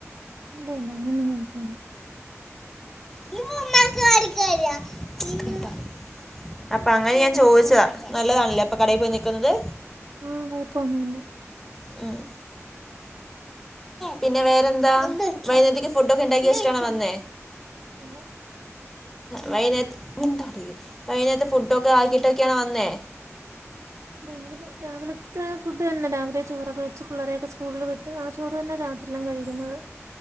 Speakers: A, on the right (about 70°); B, in the centre.
A: ഇല്ല ഇല്ല അതിനൊന്നും കൊഴപ്പമില്ല
B: നന്നരിക്ക പിന്ന <unintelligible> <unintelligible> അപ്പൊ അങ്ങനെയാൻ ചോദിച്ചതാ നല്ലതാണല്ലേ അപ്പം കടയിൽ പോയി നിക്കുന്നത്,?
A: ആഹ് കൊഴപ്പൊന്നുല്ല
B: ഉം പിന്നെ വേറെന്താ വൈകുന്നേരത്തേ ക്കെ ഫുഡൊക്കെ ഉണ്ടാക്കി വെച്ചിട്ടാണോ വന്നേ
A: ഓ
B: വൈകുന്നേ മിണ്ടാതിരി വൈകുന്നേരത്തെ ഫുഡൊക്കെ ആക്കിട്ടൊക്കെയാണോ വന്നേ
A: രാവിലെ രാവിലത്തെ ഫുഡ് തന്നെ രാവിലെ ചോറൊക്കെ വെച്ച് പിള്ളേരെക്കെ സ്കൂളിൽ വിട്ട് ആ ചോറ് തന്നെ രാത്രില്ലും കഴിക്കുന്നത്